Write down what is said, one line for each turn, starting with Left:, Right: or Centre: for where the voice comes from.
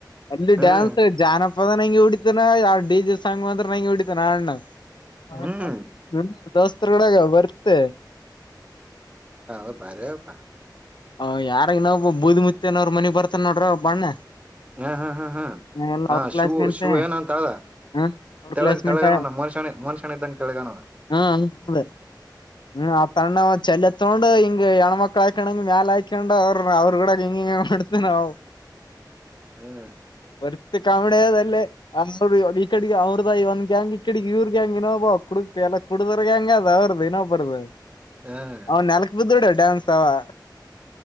Left: ಅಲ್ಲಿ
Right: ಹ್ಮ್
Left: ಡ್ಯಾನ್ಸ್ ಜಾನಪದ ನಂಗಿ ಹೊಡಿತನ ಡಿ ಜಿ ಸಾಂಗ್ ಅಂದ್ರ ನಂಗೆ ಹೊಡಿತನ ಅಣ್ಣ. ಹ
Right: ಹ್ಮ್
Left: ನಮ ದೋ ದೋಸ್ತರುಗಡಾಗ ಬರತ್ತೇ.
Right: ಅ ಬಾರಿಪ್ಪ
Left: ಹ ಯಾರ ಇನ್ನೊಬ್ಬೂದಿ ಮುತ್ತನೋರು ಮನಿ ಬರ್ತನ್ ನೋಡ್ರ ಬಣ್ಣ.
Right: ಹ ಹ ಹಾ ಹಾ
Left: ಎಲ್ಲ
Right: ಹ
Left: ಅವ್ರ ಕ್ಲಾಸ್ಮೇಟ್
Right: ಶಿವು ಶಿವು ಏನಂತ ಅದ.
Left: ಹ ಅವ್ರ
Right: ತೆಳುಗ್
Left: ಕ್ಲಾಸ್ಮೇಟ್
Right: ತೆಲುಗಾಣ ಮೋನಿಶ ಮೋನಿಶಣ್ಣ ಇದ್ದಂಗ ತಲಗಾಣ.
Left: ಹಂಕುಲೆ ಏ ಸಣ್ಣವ. ಚಲ್ಲತ್ತೋಂಡು ಹಿಂಗೆ ಹೆಣಮಕ್ಕಳ ಆಕಂಡಂಗೆ ಹಂಗ್ ಮ್ಯಾಲ ಆಕೊಂಡು ಅವ್ರರು ಅವರು ಕೂಡ ಹಿಂಗ್ ಹಿಂಗೆ ಮಾಡ್ತೇನವು.
Right: ಹ್ಮ್
Left: ಬರಿ <unintelligible> ತ್ತಿ ಕಾಮಡಿಯದಿಲ್ಲಿ ಅವ ಈ ಕಡೆ ಅವ್ರದ ಒಂದ್ ಗ್ಯಾಂಗ್ ಈ ಕಡೆ ಇವ್ರ ಗ್ಯಾಂಗ್ ಇನೋಬ ಕುಡುಕ್ ಎಲ್ಲ ಕುಡ್ದೋರ್ ಗ್ಯಾಂಗ್ ಅದ ಅವ್ರದು ಇನೋಬ್ರುದು
Right: ಹ್ಮ್
Left: ಅವ್ ನೆಲಕ್ ಬಿದ್ದ್ ಡ ಡಾನ್ಸ್ವಾ